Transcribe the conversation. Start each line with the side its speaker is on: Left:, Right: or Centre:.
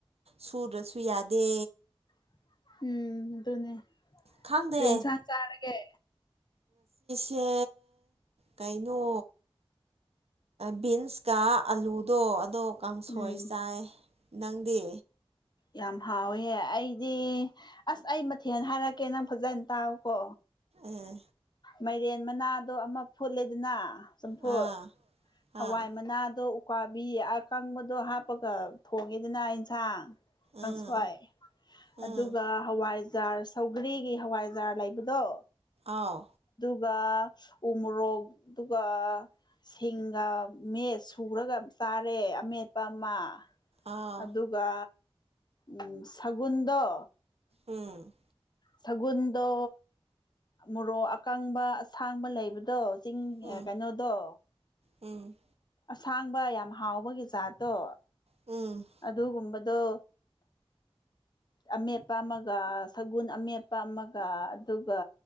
Right: ꯁꯨꯗ꯭ꯔꯁꯨ ꯌꯥꯗꯦ
Left: <inaudible> ꯎꯝ ꯑꯗꯨꯅꯦ
Right: ꯈꯪꯗꯦ
Left: ꯀꯔꯤ ꯏꯟꯁꯥꯡ ꯆꯥꯔꯒꯦ
Right: ꯆꯦ ꯀꯥꯏꯅꯣ ꯕꯤꯟꯁꯀ ꯑꯂꯨꯗꯣ ꯑꯗꯣ ꯀꯥꯡꯁꯣꯏ
Left: ꯎꯝ
Right: ꯆꯥꯏ ꯅꯪꯗꯤ
Left: ꯌꯥꯝ ꯍꯥꯎꯋꯦ ꯑꯩꯗꯤ ꯑꯁ ꯑꯩ ꯃꯊꯦꯜ ꯍꯥꯏꯔꯛꯀꯦ ꯅꯪ ꯐꯖꯅ ꯇꯥꯎꯀꯣ
Right: ꯑꯦ
Left: ꯃꯥꯏꯔꯦꯟ ꯃꯅꯥꯗꯣ ꯑꯃ ꯐꯨꯠꯂꯦꯗꯅ ꯆꯝꯐꯨꯠ
Right: ꯑꯥ
Left: ꯍꯋꯥꯏ
Right: ꯑꯥ
Left: ꯃꯅꯥꯗꯣ ꯀꯥꯕꯤ ꯑꯀꯪꯕꯗꯣ ꯍꯥꯞꯄꯒ ꯊꯣꯡꯉꯦꯗꯅ ꯏꯟꯁꯥꯡ ꯀꯥꯡꯪ
Right: ꯎꯝ
Left: ꯁꯋꯥꯏ ꯑꯗꯨꯒ
Right: ꯎꯝ
Left: ꯍꯋꯥꯏꯖꯥꯔ ꯁꯧꯒꯔꯤꯒꯤ ꯍꯋꯥꯏꯖꯥꯔ ꯂꯩꯕꯗꯣ
Right: ꯑꯥꯎ
Left: ꯎꯝꯔꯛ ꯑꯗꯨꯒ ꯊꯤꯡꯒ ꯃꯦꯠ ꯁꯨꯔꯒ ꯆꯥꯔꯦ ꯑꯃꯦꯠꯄ ꯑꯃ
Right: ꯑꯥꯎ
Left: ꯑꯗꯨꯒ ꯎ ꯁꯒꯨꯟꯗꯣ
Right: ꯎꯝ
Left: ꯁꯒꯣꯜꯗꯣ ꯃꯣꯔꯣꯛ ꯑꯀꯪꯕ ꯑꯁꯥꯡꯕ ꯂꯩꯕꯗꯣ ꯀꯛ ꯆꯤꯡ
Right: ꯎꯝ
Left: ꯀꯩꯅꯣꯗꯣ
Right: ꯎꯝ
Left: ꯑꯁꯥꯡꯕ ꯌꯥꯝ ꯍꯥꯎꯕꯒꯤ ꯖꯥꯠꯇꯣ
Right: ꯎꯝ
Left: ꯑꯗꯨꯒꯨꯝꯕ ꯗꯣ ꯑꯃꯦꯠꯄ ꯑꯃꯒ ꯁꯒꯨꯟ ꯑꯃꯦꯠꯄ ꯑꯃꯒ ꯑꯗꯨꯒ